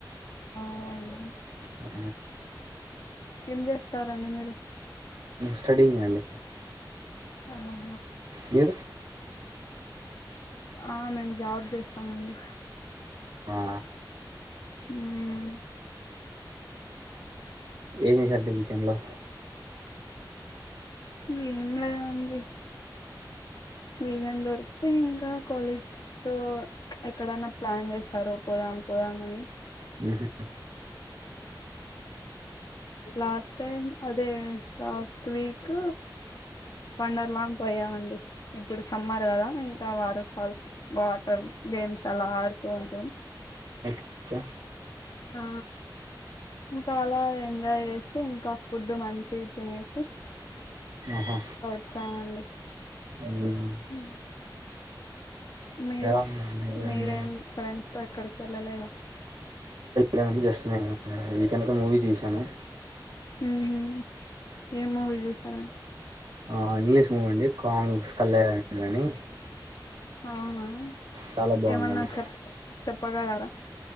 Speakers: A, on the left; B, on the right.
A: అవును
B: ఆ
A: ఏం చేస్తారడి మీరు
B: స్టడీంగ్ అండి
A: ఆహా
B: మీరు
A: ఆ నేను జాబ్ చేస్తానండి
B: ఆ
A: మ్మ్
B: ఏం చేశారండీ వీకెండ్ లో
A: ఏం లే అండి ఏదైనాదొరుకుతే ఇంకా కాలేజ్స్ సో ఎక్కడన్నా ప్లాన్ చేస్తారా పోదాం పోదామని
B: హ్మ్మ్
A: లాస్ట్ టైం అదే లాస్ట్ వీక్ వండర్లా పోయామండి ఇప్పుడు సమ్మర్ కదా ఇంకా వాటర్ ఫాల్స్ వాటర్ గేమ్స్ అలా ఆడుతూ ఉంటాం
B: ఓకే
A: ఆ ఇంకా అలా ఎంజాయ్ చేసి ఇంకా ఫుడ్ మంచివి తినేసి
B: ఆహా
A: సరే అండి
B: ఉమ్
A: హ మీరు
B: ఎలా ఉందండి
A: మీరేం ఫ్రెండ్స్ తో ఎక్కడ వెళ్ళలేదా
B: నా జస్ట్ నేన్ వీకెంతో మూవీ చూస్ యను
A: హు హ్మ్ ఏ మూవీ చూసారా
B: ఆ ఇంగ్లీష్ మూవీ అండి కాంగ్స్ కళ్యాని అని
A: అవునా
B: చాలా బాగుందండి
A: ఏమన్నా చెప్ చెప్ పగారార